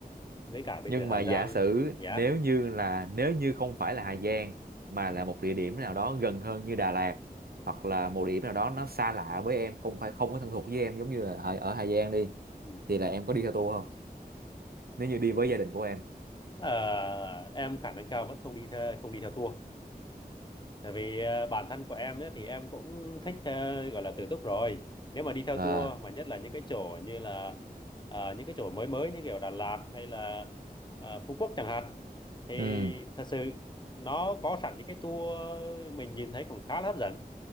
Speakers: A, on the left; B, on the right.
A: với cả bây
B: nhưng
A: giờ Hà
B: mà giả
A: Giang
B: sử
A: giá
B: nếu như là nếu như không phải là Hà Giang mà là một địa điểm nào đó gần hơn như Đà Lạt hoặc là một địa điểm nào đó nó xa lạ với em không phải không có thân thuộc với em giống như là ở ở Hà Giang đi
A: ừ.
B: thì là em có đi theo tour không nếu như đi với gia đình của em
A: Ờ, em khả năng cao vẫn không đi theo không đi theo tour Tại vì ờ, bản thân của em ấy, thì em cũng thích ờ, gọi là tự túc rồi. Nếu mà đi theo
B: à
A: tour mà nhất là những cái chỗ như là ờ, những cái chỗ mới mới như kiểu Đà Lạt hay là ờ, Phú Quốc chẳng hạn thì
B: ừ
A: thật sự nó có sẵn những cái tour mình nhìn thấy cũng khá là hấp dẫn.